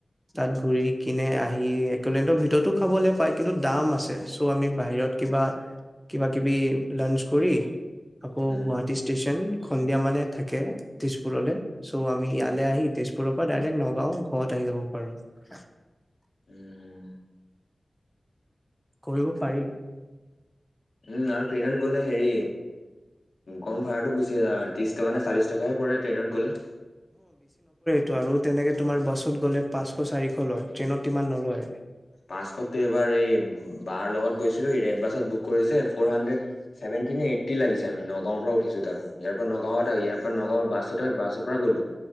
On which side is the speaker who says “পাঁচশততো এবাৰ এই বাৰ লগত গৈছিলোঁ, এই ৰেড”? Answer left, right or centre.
Left